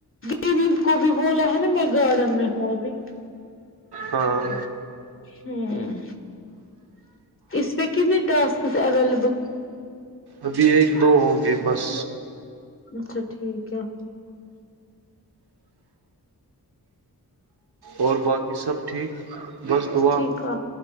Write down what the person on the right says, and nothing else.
ہاں
ابھی ایک دو ہو گئے بس
اور باقی سب ٹھیک بس دعا